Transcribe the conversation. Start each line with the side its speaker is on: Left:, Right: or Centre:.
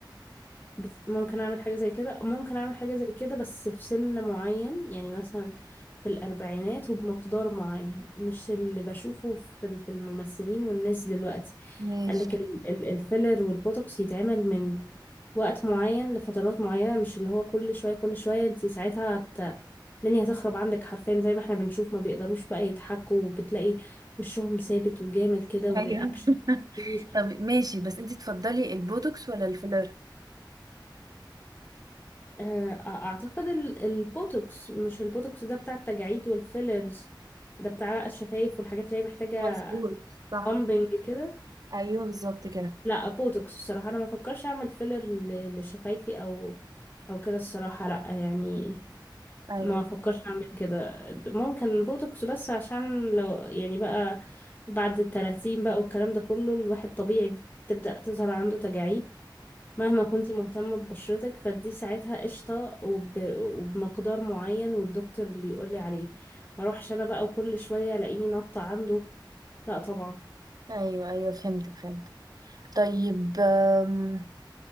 Left: بس ممكن اعمل حاجة زي كده ممكن اعمل حاجة زي كده بس في سن معين يعني مثلا في الاربعينات وبمقدار معين مش اللي بشوفه في ال- في الممثلين والناس دلوقتي
Right: ماشي
Left: قال لك ال- ال- الفيلر والبوتوكس يتعمل من وقت معين لفترات معينة مش اللي هو كل شوية كل شوية انت ساعتها هت... الدنيا هتخرب عندك حرفيا زي ما احنا بنشوف ما بيقدروش بقى يضحكوا وبتلاقي وشهم ثابت وجامد كده والرياكشن
Right: ايوه <laughs>
Left: مفيش
Right: طب ماشي بس انت تفضلي البوتوكس ولا الفيلر
Left: آه، اعتقد ال- البوتوكس مش البوتوكس ده بتاع التجاعيد والفيلرز ده بتاع بقى الشفايف والحاجات اللي هي محتاجة
Right: مظبوط صح
Left: بامبنج كده
Right: ايوه بالظبط كده
Left: لا بوتوكس الصراحة انا ما فكرش اعمل فيلر ل- لشفايفي او او كده الصراحة لا يعني
Right: ايوه
Left: ما فكرش اعمل كده ممكن بوتوكس بس عشان لو يعني بقى بعد التلاتين بقى والكلام ده كله الواحد طبيعي بتبدأ تظهر عنده تجاعيد مهما كنتي مهتمة ببشرتك فدي ساعتها قشطة وب... وبمقدار معين والدكتور اللي يقولي عليه ما اروحش انا بقى وكل شوية الاقيني نطة عنده لا طبعا
Right: ايوه ايوه فهمتك فهمت طيب آم،